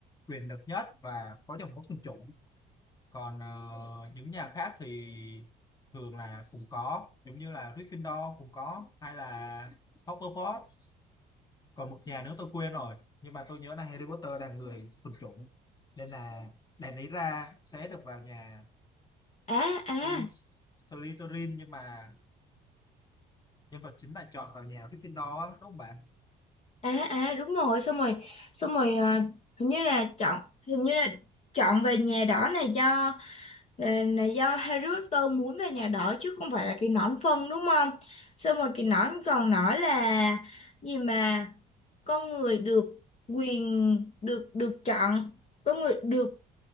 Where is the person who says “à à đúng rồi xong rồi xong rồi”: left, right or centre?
Left